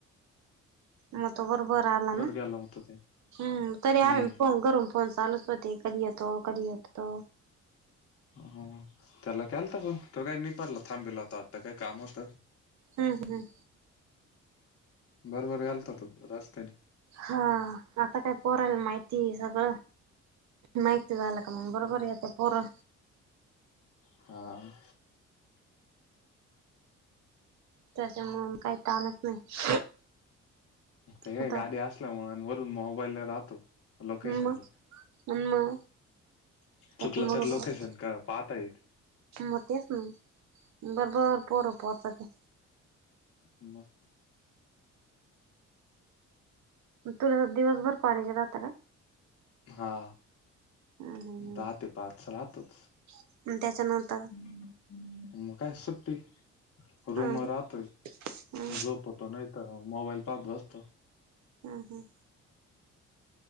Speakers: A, on the right (about 70°); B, on the left (about 50°).
A: मग तो बरोबर आला ना?
B: गेला होता ते
A: हम्म तरी
B: हम्म
A: आमी फोन करून फोन चालूच होते कधी येतो, कधी येतो
B: ह त्याला केलता फोन. तो काय निफाडला थांबेल आता आता काय काम होतं.
A: हम्म हम्म.
B: बरोबर यालता तू रस्त्यानी.
A: हा, आता काय पोराला माहितीए सगळं. माहिती झालं का मग बरोबर येता पोर.
B: हा.
A: त्याच्यामुळून काही ताणच नाही.
B: ते काय
A: आता
B: गाडी असल्यामुळे, अन वरून मोबाईल राहतो. लोकेशनला,
A: मग मग त्याच्यामुळं
B: चुकलं तर लोकेशन का पाहता येते.
A: मग तेच ना, बरोबर पोरं पोहचाती.
B: मग
A: तुला दिवसभर कॉलेज राहत का?
B: हा.
A: हम्म हम्म
B: दहा ते पाच राहतच.
A: हम्म. त्याच्यानंतर
B: हम्म हम्म. मग काय सुट्टी,
A: हम्म
B: रुम राहतोय
A: हम्म
B: झोपत. तो नाही तर मोबाईल पाहत् बसतो.
A: हम्म.